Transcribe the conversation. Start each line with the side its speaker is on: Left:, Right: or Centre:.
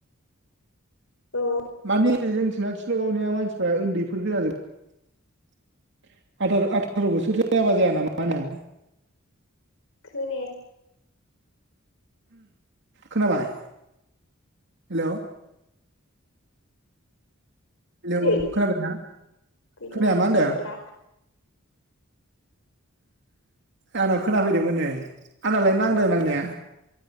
Left: औ।
Right: माने जोंथिना किलगावनिया मानसिफ्रा उन्दैफोर गोजाजोब आथार बोसोरसो जायाबा जाया नामा मा होनो।
Left: खोनाया।
Right: खोनाबाय। हेल' हेलौ
Left: खोनायो
Right: खोनादों ना
Left: गैला
Right: खोनाया मा होनदों
Left: खोनाला
Right: आं। आंनाव खोनाफैदोंमोन नै आंननालाय नांदों नांनाया